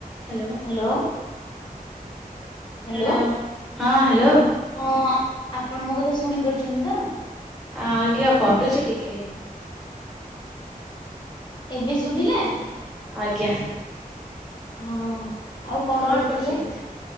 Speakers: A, in the centre; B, on the left.
A: Hello
B: hello hello
A: hello ହଁ hello.
B: ହଁ ଆପଣ ମୋ କଥା ଶୁଣି ପାରୁଛନ୍ତି ତ?
A: ଆ ଆଜ୍ଞା କଟୁଛି ଟିକେ।
B: ଏବେ ଶୁଭିଲା?
A: ଆଜ୍ଞା।
B: ହଁ ଆଉ
A: କଣ
B: କରୁଥିଲେ?
A: କରୁଛନ୍ତି?